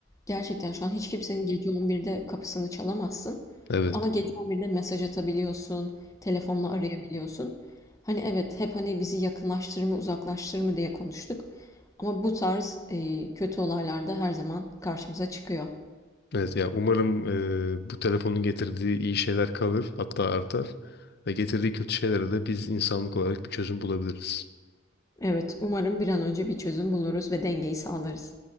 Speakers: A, on the left (about 15°); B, on the left (about 55°).
A: Gerçekten şu an hiç kimsenin gece 11'de kapısını çalamazsın.
B: Evet.
A: Ama gece 11'de mesaj atabiliyorsun, telefonla arayabiliyorsun. Hani evet hep hani bizi yakınlaştırır mı uzaklaştırır mı diye konuştuk. Ama bu tarz e, kötü olaylar da her zaman karşımıza çıkıyor.
B: Evet ya umarım e, bu telefonun getirdiği iyi şeyler kalır hatta artar ve getirdiği kötü şeylere de biz insanlık olarak bir çözüm bulabiliriz.
A: Evet, umarım bir an önce bir çözüm buluruz ve dengeyi sağlarız.